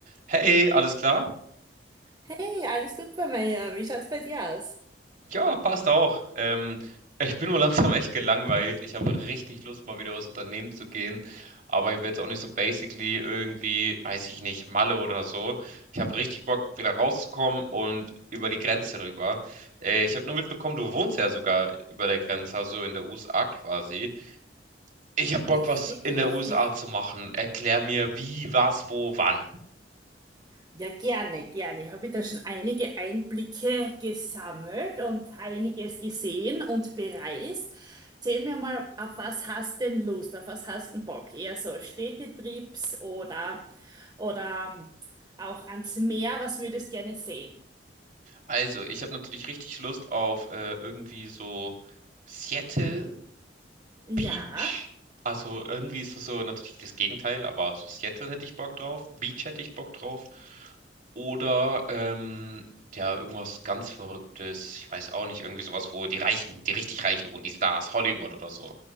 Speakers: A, on the right; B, on the right.
A: Hey, alles klar?
B: Hey, alles gut bei mir hier. Wie schaut's bei dir aus?
A: Ja, passt auch. Ähm, ich bin nur <laughs> langsam echt gelangweilt. Ich habe richtig Lust, mal wieder was unternehmen zu gehen. Aber ich will jetzt auch nicht so basically irgendwie, weiß ich nicht, Malle oder so. Ich habe richtig Bock, wieder rauszukommen und über die Grenze rüber. Äh, ich habe nur mitbekommen, du wohnst ja sogar über der Grenze, also in der USA quasi. Ich habe Bock,
B: Richtig,
A: was in
B: richtig.
A: der USA zu machen. Erklär mir, wie, was, wo, wann.
B: Ja, gerne, gerne. Ich habe da schon einige Einblicke gesammelt und einiges gesehen und bereist. Erzähl mir mal, auf was hast denn Lust? Auf was hast denn Bock? Eher so Städtetrips oder, oder auch ans Meer? Was würdest gerne sehen?
A: Also, ich habe natürlich richtig Lust auf äh, irgendwie so. Seattle
B: Ja.
A: Beach, also irgendwie ist es so natürlich das Gegenteil, aber so Seattle hätte ich Bock drauf, Beach hätte ich Bock drauf. Oder ähm, ja, irgendwas ganz Verrücktes, ich weiß auch nicht, irgendwie sowas, wo die Reichen, die richtig Reichen wohnen, die Stars, Hollywood oder so.